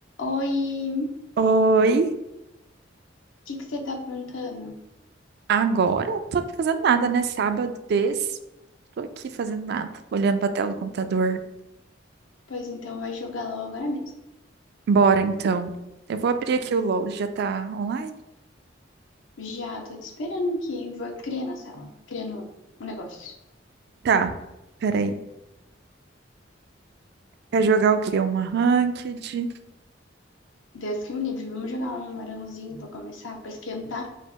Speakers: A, on the left (about 80°); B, on the right (about 60°).
A: Oi, o
B: Oi,
A: que que você tá aprontando?
B: agora eu não tô fazendo nada, né? Sábado desse, tô aqui fazendo nada, olhando pra tela do computador.
A: Pois então, vai jogar LOL agora mesmo.
B: Bora então. Eu vou abrir aqui o LoL, já tá online?
A: Já tô te esperando aqui. Vou criar na sala, criando um negócio.
B: Tá, peraí. Quer jogar o quê? Uma ranked?
A: Deus que me livre, vamos jogar um arãozinho pra começar, pra esquentar,